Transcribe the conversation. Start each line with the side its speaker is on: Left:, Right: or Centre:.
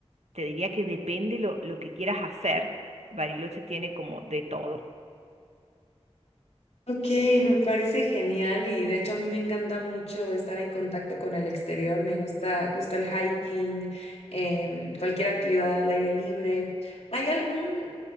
Right: te diría que depende lo, lo que quieras hacer. Bariloche tiene como de todo.
Left: Ok, me parece genial y de hecho a mí me encanta mucho estar en contacto con el exterior. Me gusta justo el hiking, em, cualquier actividad al aire libre. ¿Hay algún